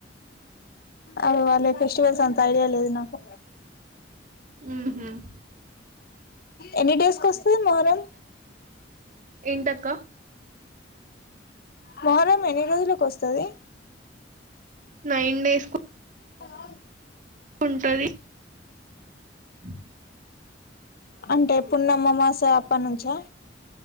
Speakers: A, on the left; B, on the right.
A: అరె వాళ్ళ ఫెస్టివల్స్ అంత ఐడియాల లేదు నాకు
B: మ్మ్హ్మ్.
A: ఎన్నీ డేస్ కొస్తది మొహారం
B: ఏంటక్క
A: మొహరం ఎన్ని రోజులకు వస్తది
B: నైన్ డేస్కు
A: ఇంతా కావాలి
B: ఉంటది <inaudible>
A: అంటే పున్నమ్మమాస అప్పటినుంచా